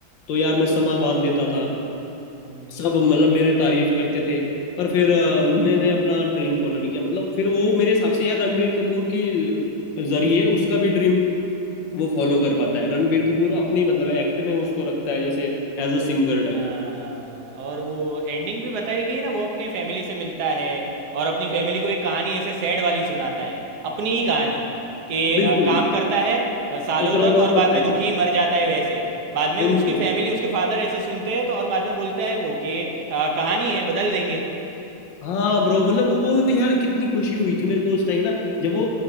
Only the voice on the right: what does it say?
हम्म,
हम्म,
हाँ
हाँ
हाँ हाँ,
हाँ,
हाँ हाँ हाँ और वो एंडिंग भी बताएगी ना वो अपने फैमिली से मिलता है और अपनी फैमिली को एक कहानी ऐसे सैड वाली सुनाता है अपनी ही कहानी कि
अ, काम करता है अ, सालों
तक और
बाद में
दुखी मर जाता है वैसे बाद में
उसकी फैमिली उसके फादर ऐसे सुनते हैं तो और बाद में बोलता है वो कि अ, कहानी है बदल देंगे